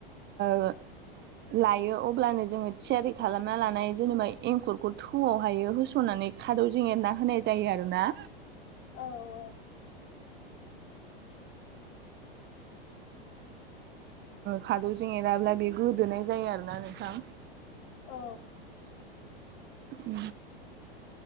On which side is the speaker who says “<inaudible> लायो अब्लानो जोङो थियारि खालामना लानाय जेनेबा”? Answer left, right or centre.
Right